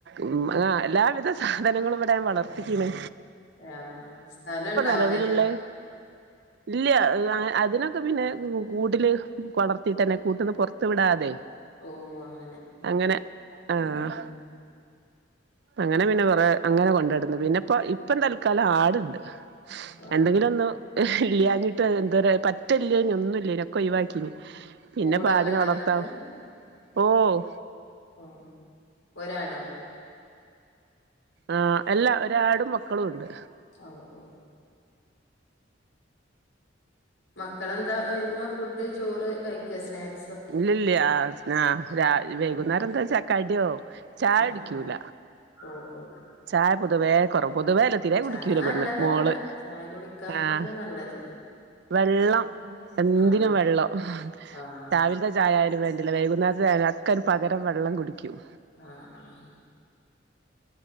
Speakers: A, on the right (about 60°); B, on the left (about 80°).
A: ഉം ആ എല്ലാവിധ സാധനങ്ങളും. ഇവിടെ ഞാൻ, വളർത്തീക്ക്ണ്.
B: യാഹ് സ്ഥലംണ്ടാവും.
A: നിലവിലുള്ളെ ഇല്ല അതിന് ഒ ക്കെ പിന്നെ കൂട്ടില് കൊളർത്തിട്ടന്നെ കൂട്ടന്ന് പുറത്ത് വിടാതെ
B: ഓ അങ്ങനെ
A: അങ്ങനെ ആഹ്
B: ഉം
A: അങ്ങനെ പിന്നെ കൊറെ അങ്ങനെ കൊണ്ടുനടന്നു പിന്നെ ഇപ്പ ഇപ്പ തൽക്കാലം ആടുണ്ട്
B: ആഹ്
A: എന്തെങ്കിലുംഒന്ന് ല്ലാഞ്ഞിട്ട് എന്താ പറ്റല്ലേന ഒന്നുംല്ലേനൊക്ക ഒയിവാക്കിന് പിന്നെ
B: കൂടൊക്കെ
A: ഇപ്പ ആടിനെ
B: ഇണ്ടോ
A: വളർത്താം
B: ഇന്നിട്ട്
A: ഓഹ്
B: ഓ ഒരാടോ
A: ആഹ് എല്ലാ ഒരു ആടും മക്കളും ഉണ്ട്
B: ഓഹ് ഓഹ് മക്കളെന്താ വരുമ്പോ ഫുഡ് ചോറ് കഴിക്കോ സ്നാക്
A: ഇല്ലല്ല ആ ആഹ് രാ വൈകുന്നേരം എന്താന്ന് വെച്ചാ കടിയോ ചായുടിക്കൂല
B: ആഹ് ഓ ഓ
A: ചായ പൊതുവേ കൊറവ് പൊതുവേല്ല തീരെ
B: ചായ
A: കുടിക്കൂല
B: നല്ലതല്ല
A: പെണ്ണ് മോള്
B: ചായ കുടിക്കാക്കന്നെ
A: ആഹ്
B: നല്ലത്
A: വെള്ളം എന്തിനും
B: ആഹ്
A: വെള്ളം
B: ആഹ്
A: രാവിൽ ത്ത ചായാലും വേണ്ടില്ല വൈകുന്നേര്ത്തെ ചായ അക്കൊരു പകരം വെള്ളം കുടിക്കും
B: ആഹ് ആഹ്